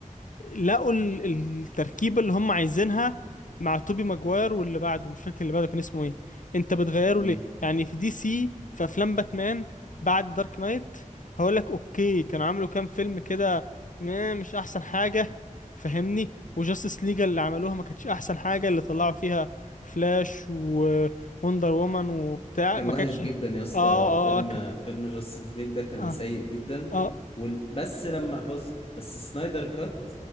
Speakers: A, on the left; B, on the left.
A: لقوا ال- التركيبة اللي هم عايزينها مع توبي ماجواير واللي بعده مش فاكر اللي بعده كان اسمه ايه انت بتغيره
B: مم.
A: ليه يعني في دي سي في افلام باتمان بعد دارك نايت هقول لك اوكي كانوا عملوا كام فيلم كده ما- مش احسن حاجة فهمني وجاستس ليجا اللي عملوها ما كانتش احسن حاجة اللي طلعوا فيها فلاش ووندر وومن وبتاع
B: كان
A: ما
B: وحش
A: كانتش
B: جدا
A: اه
B: يا اسطى
A: اه
B: فيلم
A: اه ك-
B: فيلم جاستس ليج ده كان
A: اه
B: سيء جدا
A: اه
B: وال... بس لما بص بس سنايدر كات